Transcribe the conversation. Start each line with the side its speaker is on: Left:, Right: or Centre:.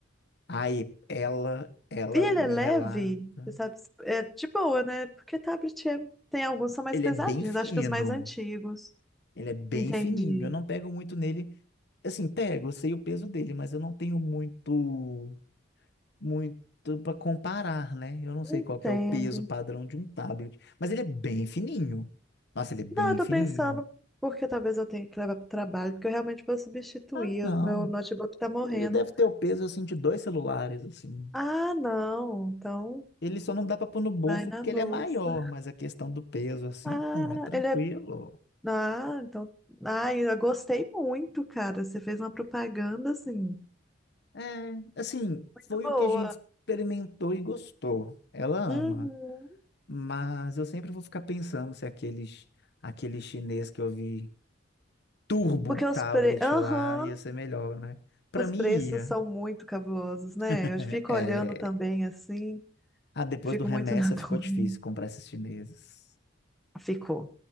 Left: aí ela, ela
Centre: E ele
Left: me
Centre: é leve,
Left: relata.
Centre: você sabe, é de boa, né? Porque tablet é- tem alguns que são mais
Left: Ele
Centre: pesadinhos,
Left: é bem fino,
Centre: acho que os mais antigos.
Left: ele é bem
Centre: Entendi.
Left: fininho. Eu não pego muito nele. Assim, pego, eu sei o peso dele, mas eu não tenho muito. muito para comparar, né? Eu não
Centre: Entendo.
Left: sei qual que é o peso padrão de um tablet, mas ele é bem fininho. Nossa, ele é bem
Centre: Não, eu tô
Left: fininho.
Centre: pensando porque talvez eu tenha que levar pro trabalho, porque eu realmente vou substituir.
Left: Ah, não.
Centre: Meu notebook tá morrendo.
Left: Ele deve ter o peso assim de dois celulares assim.
Centre: Ah, não. Então
Left: Ele só não dá para pôr no bolso
Centre: vai na
Left: porque
Centre: bolsa.
Left: ele é maior, mas a questão do peso assim,
Centre: Ah,
Left: não, é tranquilo.
Centre: ele é. Ah, então. Ah, eu gostei muito, cara. Você fez uma propaganda assim,
Left: É, assim,
Centre: muito
Left: foi
Centre: boa.
Left: o que a gente experimentou e gostou. Ela ama,
Centre: Uhum.
Left: mas eu sempre vou ficar pensando se aqueles aquele chinês que eu vi turbo
Centre: Porque
Left: tablet
Centre: os pre... Aham,
Left: lá, ia ser melhor, né? Pra
Centre: os
Left: mim
Centre: preços
Left: ia.
Centre: são muito cabulosos, né?
Left: <laughs>
Centre: Eu fico
Left: É...
Centre: olhando também assim,
Left: Ah, depois
Centre: fico
Left: do remessa
Centre: muito <laughs> na dúvida.
Left: ficou difícil comprar esses chineses.
Centre: Ficou.